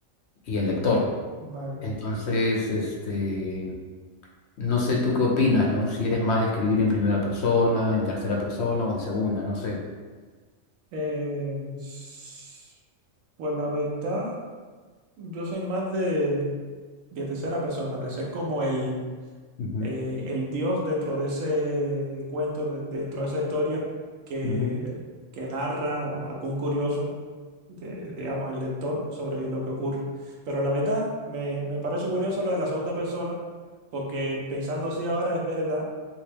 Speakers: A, on the left; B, on the right.
A: y el lector.
B: vale.
A: Entonces, este, no sé tú qué opinas, ¿no? Si eres más de escribir en primera persona, en tercera persona o en segunda, no sé.
B: Eh, s- pues la verdad, yo soy más de, de tercera persona, de ser como el,
A: Ujú,
B: eh, el dios dentro de ese cuento, de- dentro de esa historia que,
A: ujú.
B: que narra algún curioso, de- digamos, el lector sobre lo que ocurre. Pero la verdad, me, me parece curioso lo de la segunda persona, porque pensando así ahora es verdad